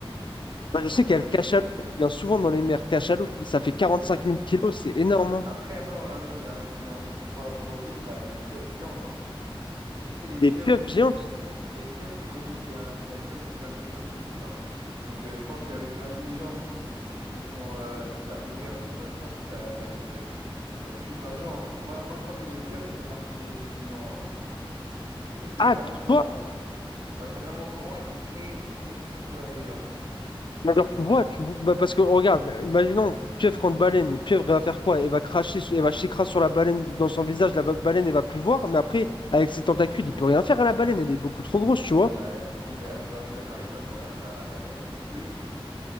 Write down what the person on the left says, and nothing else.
Moi,
je sais qu'il y a le cachalot, qui vient souvent dans les mers. Cachalot, ça fait
quarante cinq
mille
kilos, c'est énorme. hein.
Des
pieuvres géantes.
Ah,
pour toi?
Mais genre, tu vois, tu vois- bah, parce que regarde, euh, imaginons pieuvre contre baleine, et pieuvre elle va faire quoi? Elle va cracher, su- elle va s'écraser sur la baleine dans son visage, la va- baleine elle va plus voir, mais après, avec ses tentacules, il peut rien faire à la baleine, elle est beaucoup trop grosse, tu vois.